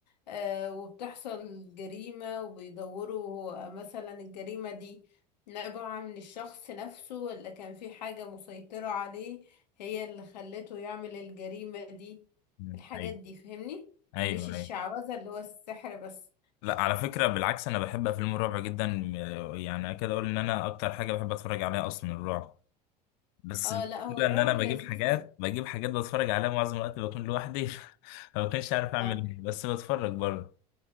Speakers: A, on the left (about 85°); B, on the left (about 60°).
A: آه، وبتحصل جريمة وبيدوروا هو مثلا الجريمة دي نابعة من الشخص نفسه ولا كان في حاجة مسيطرة عليه هي اللي خلته يعمل الجريمة دي
B: مم،
A: الحاجات
B: أيوه
A: دي فهمني
B: أيوه
A: مش الشعوذة
B: أيوه
A: اللي هو السحر بس
B: لا على فكرة بالعكس أنا بحب أفلام الرعب جدا يعني أكاد أقول إن أنا أكتر حاجة بحب أتفرج عليها أصلا الرعب بس
A: اه
B: المشكلة
A: لا هو الرعب
B: إن أنا بجيب
A: لذيذ
B: حاجات بجيب حاجات بتفرج عليها معظم الوقت بكون لوحدي <laughs> ما بكونش عارف أعمل
A: اه
B: إيه بس بتفرج برضه